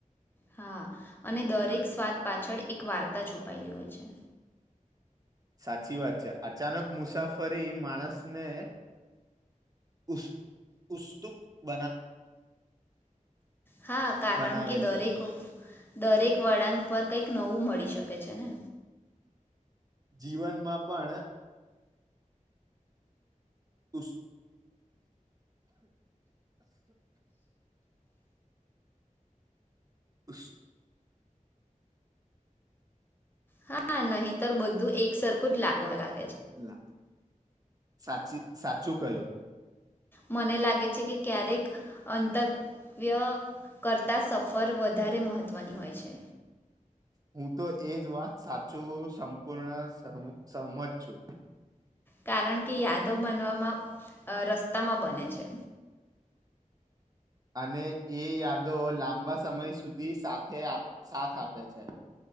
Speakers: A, on the left; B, on the right.
A: હા અને દરેક સ્વાદ પાછળ એક વાર્તા છુપાયેલી હોય છે.
B: સાચી વાત છે. અચાનક મુસાફરી માણસને ઉસ ઉસ્તુક બના
A: હા, કારણ
B: બનાવે
A: કે દરેક
B: છે
A: દરેક વળાંક પર કઈક નવું મળી શકે છે ને.
B: જીવનમાં પણ પુશ પુશ
A: હા નહી તર બધું એક સર ખુદ લાગવા લાગ
B: લા સાચી સાચું કહ્યું
A: મને લાગે છે કે ક્યારેક અંતવ્ય કરતા સફર વધારે મહત્વની હોય છે.
B: હું તો એજ વાત સાચું સંપૂર્ણ સહમ સહમત છું.
A: કારણ કે યાદો બનવામાં અહ રસ્તામાં બને છે.
B: અને એ યાદો લાંબા સમય સુધી સાથે આપ સાથ આપે છે.